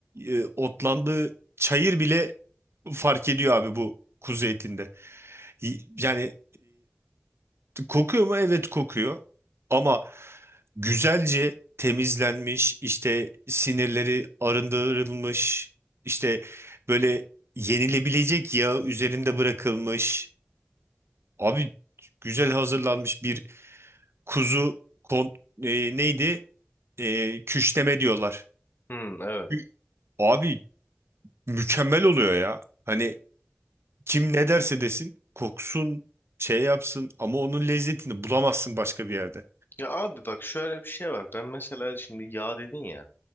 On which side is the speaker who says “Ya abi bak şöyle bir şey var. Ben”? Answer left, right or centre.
Left